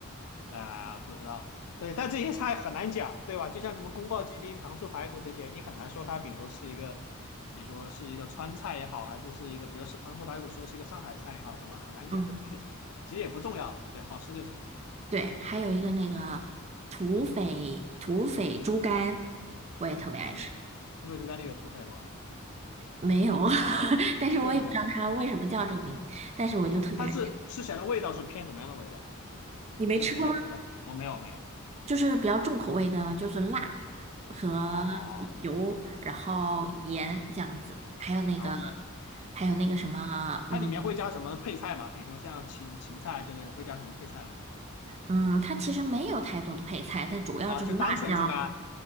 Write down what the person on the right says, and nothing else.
嗯，
对，还有一个那个土匪土匪猪肝，我也特别爱吃，
没有，<laughs> 但是我也不知道它为什么叫这个名，
但是我就特别爱吃。
你没吃过吗？
就是比较重口味的，就是辣和
油，然后盐这样子，还有那个，
还有那个什么，嗯
嗯，它其实没有太多的配菜，但主要就是辣椒，